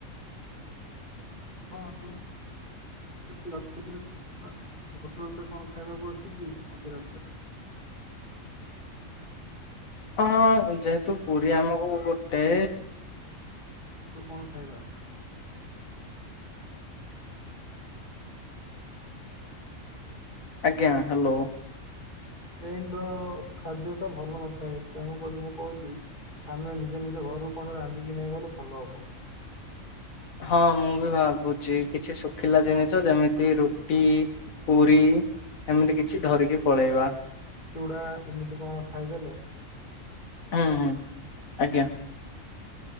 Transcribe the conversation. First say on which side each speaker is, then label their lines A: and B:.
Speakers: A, on the left (about 35°); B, on the left (about 85°).
A: ହଁ ଆମେ <unintelligible> <unintelligible> ହୋଟେଲରେ କଣ ଖାଇବାକୁ ଅଛିକି ମଝି ରାସ୍ତା
B: ହଁ ହଁ ଯେହେତୁ ପୁରୀ ଆମକୁ ଗୋଟେ
A: ଆଉ କଣ ଖାଇବା?
B: ଆଜ୍ଞା ହାଲୋ।
A: ଟ୍ରେନର ଖାଦ୍ୟତ ଭଲ ନଥାଏ ତେଣୁକରି ମୁଁ କହୁଚି ଆମେ ନିଜ ନିଜ ଘରୁ କଣ ରାନ୍ଧିକି ନେଇଁ ଗଲେ ଭଲ ହବ।
B: ହଁ ମୁଁବି ଭାବୁଛି କିଛି ଶୁଖିଲା ଜିନିଷ ଯେମିତି ରୁଟି ପୁରୀ ଏମିତି କିଛି ଧରିକି ପଳେଇବା।
A: ଚୁଡ଼ା ଏମିତି କଣ ଖାଇଦେଲେ
B: ହୁଁ ହୁଁ ଆଜ୍ଞା।